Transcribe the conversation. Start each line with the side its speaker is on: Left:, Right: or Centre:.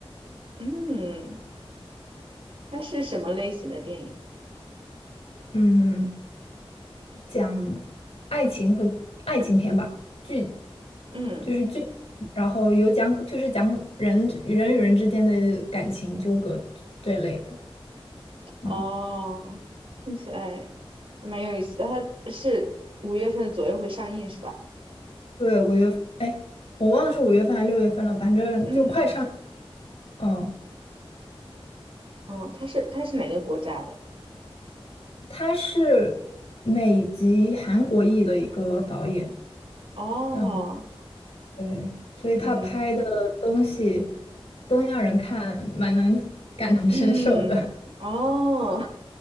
Right: 嗯，它是什么类型的电影？
Left: 嗯，讲爱情和爱情片吧，剧
Right: 嗯，
Left: 就是剧，然后有讲就是讲人人与人之间的感情纠葛这类的。嗯。
Right: 哦，听起来还蛮有意思的，它是五月份左右会上映是吧？
Left: 对，五月份，哎，我忘了是五月份还是六月份了，反正就快上。
Right: 嗯
Left: 嗯，
Right: 嗯，它是它是哪个国家的？
Left: 他是美籍韩国裔的一个导演，
Right: 哦，
Left: 嗯，对，所以他拍的东西，
Right: 嗯
Left: 东亚人看蛮能 <laughs> 感同身受的。
Right: 嗯，
Left: <laughs>
Right: 哦，